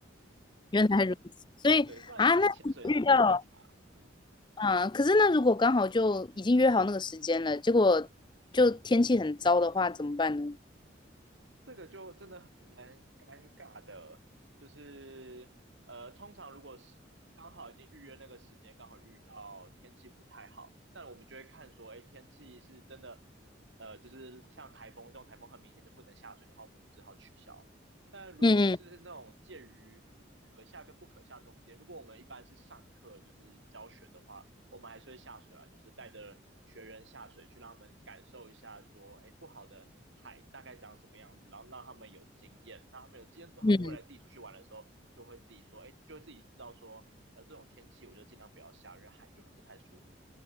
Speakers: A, on the left; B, on the right.
A: <laughs> 原来如此。所以啊，
B: 对，不然只是潜水没什么差。
A: 那你遇到。
B: 嗯。
A: 啊，可是那如果刚好就已经约好那个时间了，结果就天气很糟的话，怎么办呢？
B: 这个就真的很蛮尴尬的，就是呃，通常如果是刚好已经预约那个时间，刚好遇到天气不太好，那我们就会看说，哎，天气是真的，呃，就是像台风这种台风很明显就不能下水的话，我们就只好取消。但如果是那种介于可下跟不可下中间，
A: 嗯嗯
B: 如果我们一般是上课就是教学的话，我们还是会下水啊，就是带着学员下水去让他们感受一下说，哎不好的海大概长什么样子，然后让他们有经验，那他们有经验之后，
A: 嗯，
B: 他们未来自己出去玩的时候就会自己说，哎就会自己知道说，呃这种天气我就尽量不要下，因为海就会不太舒服。